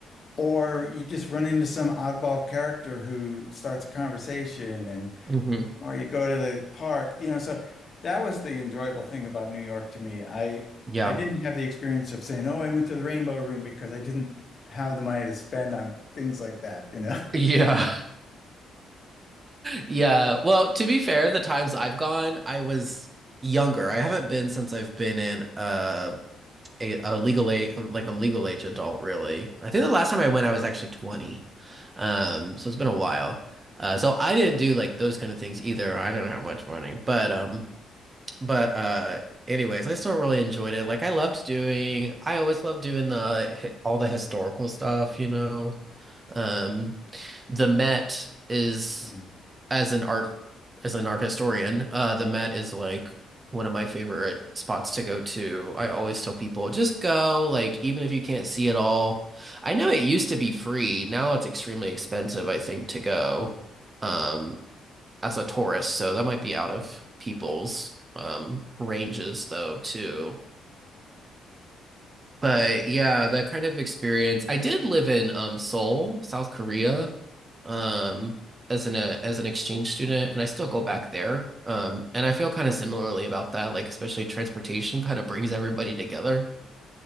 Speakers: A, on the left; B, on the right.
A: or you just run into some oddball character who starts a conversation, and
B: Mm-hmm.
A: or you go to the park, you know. So that was the enjoyable thing about New York to me. I
B: Yeah.
A: I didn't have the experience of saying, "Oh, I went to the Rainbow Room," because I didn't have the money to spend on things like that, you know.
B: Yeah. <laughs> Yeah. Well, to be fair, the times I've gone, I was younger. I haven't been since I've been in uh a, a legal age, like a legal age adult, really. I think the last time I went, I was actually 20. Um, so it's been a while. Uh, so I didn't do like those kind of things either. I didn't have much money, but um, but uh, anyways, I still really enjoyed it. Like I loved doing, I always loved doing the all the historical stuff, you know. Um, the Met is
A: <laughs>
B: as an art as an art historian, uh, the Met is like one of my favorite spots to go to. I always tell people just go, like even if you can't see it all. I know it used to be free. Now it's extremely expensive, I think, to go um as a tourist, so that might be out of people's um ranges though too. But yeah, that kind of experience. I did live in um Seoul, South Korea, um as an uh, as an exchange student, and I still go back there. Um, and I feel kind of similarly about that. Like especially transportation kind of brings everybody together.